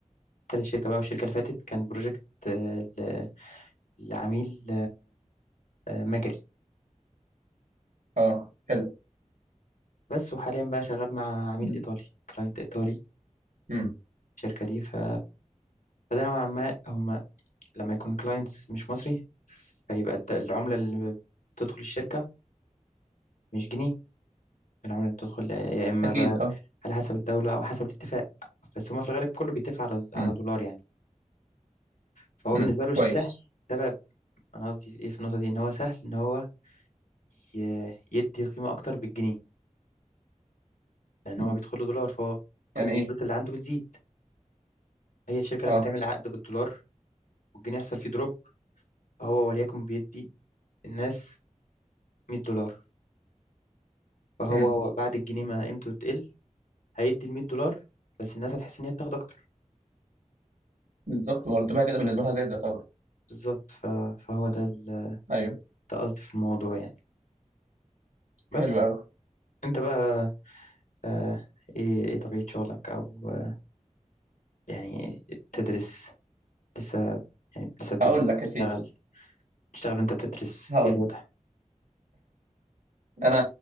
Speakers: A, on the left; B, on the right.
A: تالت شركة بقى والشركة اللي فاتت كان بروجكت آه، ل- لعميل آه، مجري
B: أه حلو
A: بس وحاليا بقى شغال مع عميل
B: مم.
A: إيطالي كلاينت إيطالي
B: مم.
A: الشركة دي ف... فده نوعا ما هما لما يكون كلاينتس مش مصري فيبقى الد- العملة اللي بتدخل الشركة مش جنيه العملة اللي بتدخل يا إما
B: أكيد
A: بقى
B: أه
A: على حسب الدولة أو حسب الاتفاق بس هما في الغالب كله بيتفق على على
B: مم.
A: دولار يعني فهو
B: مم.
A: بالنسبة له سهل
B: كويس
A: ده بقى انا قصدي في ايه في النقطه دي ان هو سهل ان هو ي- يدي قيمه اكتر بالجنيه لان
B: مم.
A: هو بيدخل له دولار فهو
B: يعني
A: قيمه
B: إيه
A: الفلوس اللي عنده بتزيد هي الشركه لما
B: أه
A: تعمل عقد بالدولار والجنيه يحصل فيه دروب فهو وليكن بيدي الناس 100 دولار فهو
B: مم.
A: هو بعد الجنيه ما قيمته تقل هيدي ال 100 دولار بس الناس هتحس ان هي بتاخد اكتر
B: بالظبط مرتبها كده بالنسبة لها زي ده طبعا
A: بالظبط ف- فهو ده ال-
B: ايوه
A: ده قصدي في الموضوع يعني بس
B: حلو قوي
A: انت بقى آه، ايه ايه طبيعه شغلك او آه، يعني تدرس لسه يعني لسه بتدرس
B: هقول لك
A: بتشتغل
B: يا سيدي
A: تشتغل وانت بتدرس
B: هقول
A: ايه الوضع
B: لك انا